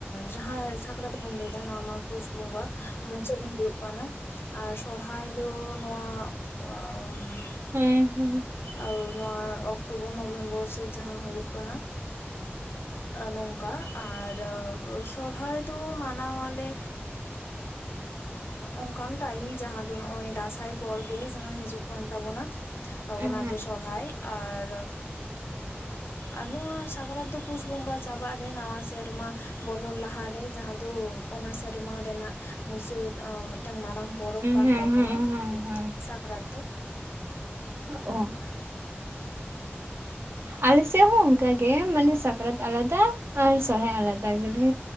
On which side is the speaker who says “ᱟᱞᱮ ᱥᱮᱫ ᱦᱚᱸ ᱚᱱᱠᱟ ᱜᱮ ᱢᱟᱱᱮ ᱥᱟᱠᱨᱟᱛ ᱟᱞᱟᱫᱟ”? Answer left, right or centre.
Right